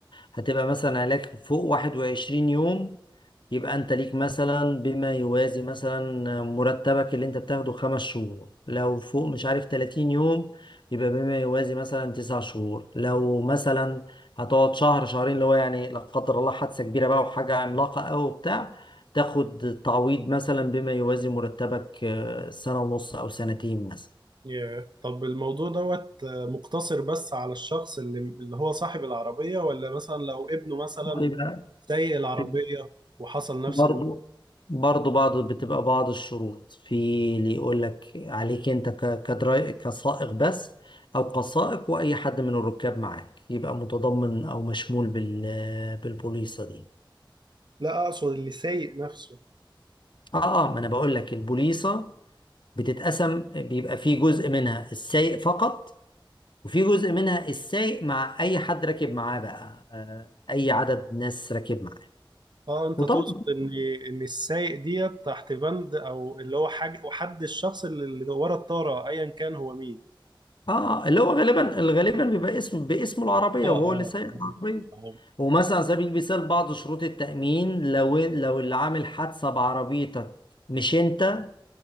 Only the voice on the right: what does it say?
يعني- طب الموضوع دوت آه، مقتصر بس على الشخص اللي اللي هو صاحب العربية ولا مثلا لو ابنه مثلا
سايق العربية
وحصل نفس
الم...
لا أقصد اللي سايق نفسه
اه انت
تقصد ان ان السايق ديت تحت بند او اللي هو حاجه وحد الشخص اللي اللي ورا الطاره ايا كان هو مين
اه
اه
فهمت
فهمت.